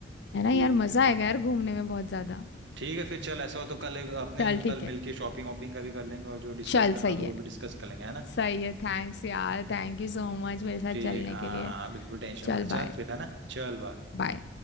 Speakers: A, on the left (about 60°); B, on the right (about 65°).
A: है ना
B: ठीक
A: यार मज़ा
B: है
A: आएगा
B: डन
A: यार घूमने में बहुत ज़्यादा
B: ठीक है फिर चल ऐसा हो तो कल एक- अपने
A: चल ठीक
B: कल
A: है
B: मिलके शॉपिंग वॉपिंग का भी कर लेंगे और जो डिस्कस
A: चल
B: करना
A: सही
B: होगा
A: है
B: वो भी डिस्कस कर लेंगे है ना
A: सही है थैंक्स यार थैंक यू सो मच मेरे साथ
B: ठीक
A: चलने
B: हाँ
A: के लिए
B: हाँ बिल्कुल टेंशन
A: चल
B: मत ले। चल
A: बाय
B: फिर है ना चल बाय
A: बाय